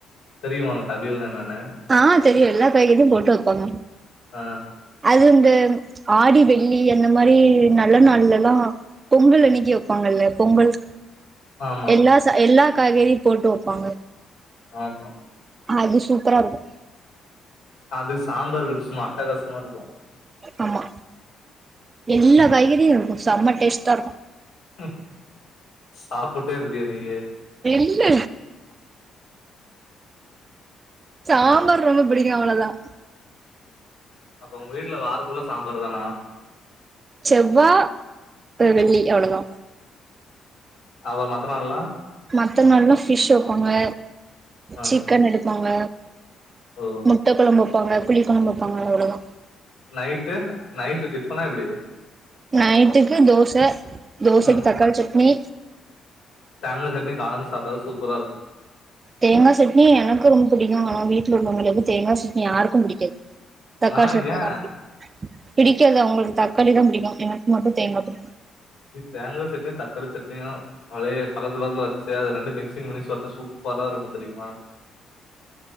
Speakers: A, on the left; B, on the right.
A: தெரியுமா உனக்கு அவியல்னா என்னன்னு
B: ஆ தெரியு எல்லா காய்கறியு போட்டு வப்பாங்க
A: ஆ
B: அது இந்த ஆடி வெள்ளி அந்த மாரி நல்ல நாள்லலா பொங்கல் அன்னைக்கி வப்பாங்கல்ல பொங்கல்
A: ஆமா
B: எல்லா ச எல்லா காய்கறியு போட்டு வப்பாங்க
A: ஆமா
B: அது சூப்பரா இருக்கு
A: அதுக்கு சாம்பார் வக்கறது சும்மா அட்டகாசமா இருக்கு
B: ஆமா எல்லா காய்கறியும் இருக்கு செம்ம டேஸ்டா
A: ம் சாப்புட்டே இருப்பியா டெய்லியும்
B: இல்ல சாம்பார் ரொம்ப பிடிக்கும் அவ்ளோதான்
A: அப்ப உங்க வீட்ல வார ஃபுல்லா சாம்பார் தானா
B: செவ்வா வெள்ளி அவ்ளோதான்
A: அப்ப மத்த நாள்லா
B: மத்த நாள்லா ஃபிஷ் வைப்பாங்க
A: ஆ
B: சிக்கன் எடுப்பாங்க
A: ஓ
B: முட்ட குழம்பு வெப்பாங்க புளி குழம்பு வெப்பாங்க அவ்ளோதான்
A: நைட்டு நைட்டு டிஃபனா எப்படி
B: நைட்டுக்கு தோச தோசைக்கு
A: ஆ
B: தக்காளி சட்னி
A: தேங்கா சட்னி காலைல சாப்ட்டாதான் சூப்பரா ருக்கும்
B: தேங்கா சட்னி எனக்கு ரொம்ப புடிக்கு ஆனா வீட்ல உள்ளவங்ளுக்கு தேங்காய் சட்னி யாருக்கும் புடிக்காது தக்காளி
A: ஆ
B: சட்னி
A: ஏ
B: தான் பிடிக்கும் பிடிக்காது அவுங்களுக்கு தக்காளி தான் பிடிக்கும் எனக்கு மட்டும் தேங்கா பிடிக்கும்
A: தேங்கா சட்னியோ தக்காளி சட்னியோ அதையே பக்கத்து பக்கத்துல வெச்சு அது ரெண்டும் மிக்சிங் பண்ணி சாப்ட்டா‌ சூப் சூப்பராருக்கும் தெரியுமா